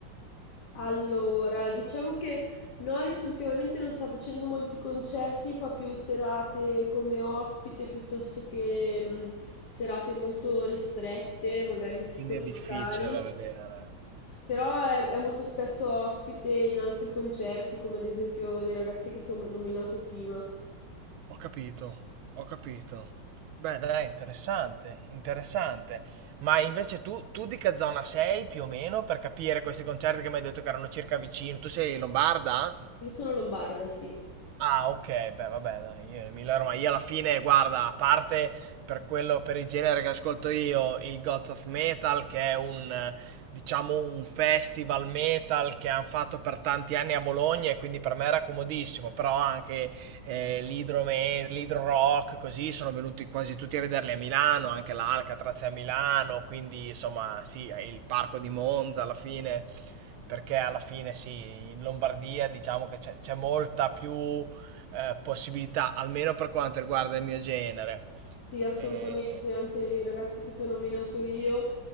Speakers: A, on the left; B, on the right.
A: Allora, diciamo che Noyz ultimamente non sta facendo molti concerti, fa più serate come ospite piuttosto che mh, serate molto ristrette, magari in piccoli
B: quindi è difficile
A: locali.
B: da vedere.
A: Però è, è molto spesso ospite in altri concerti, come ad esempio dei ragazzi che ti ho nominato prima.
B: Ho capito, ho capito. Beh, dai, interessante, interessante. Ma invece tu, tu di che zona sei più o meno per capire questi concerti che mi hai detto che erano circa vicino? Tu sei lombarda?
A: Io sono lombarda, sì.
B: Ah, ok, beh, vabbè, dai, io Emilia Romagna, io alla fine, guarda, a parte per quello, per il genere che ascolto io, il Gods of Metal, che è un, eh, diciamo, un festival metal che hanno fatto per tanti anni a Bologna e quindi per me era comodissimo, però anche eh, l'Hydro Me- l'Hydro Rock, così, sono venuti quasi tutti a vederli a Milano, anche l'Alcatraz è a Milano, quindi, insomma, sì, il Parco di Monza alla fine perché alla fine sì, in Lombardia diciamo che c'è c'è molta più eh, possibilità, almeno per quanto riguarda il mio genere.
A: Sì, assolutamente,
B: Eh,
A: anche i ragazzi che ti ho nominato io